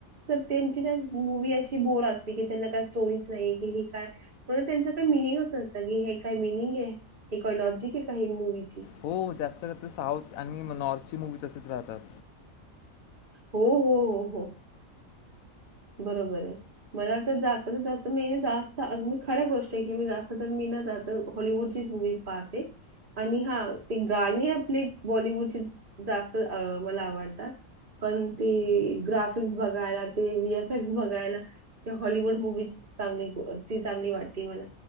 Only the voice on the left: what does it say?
हो जास्त कर साऊथ आणि नॉर्थ ची मुव्ही तसेच राहतात.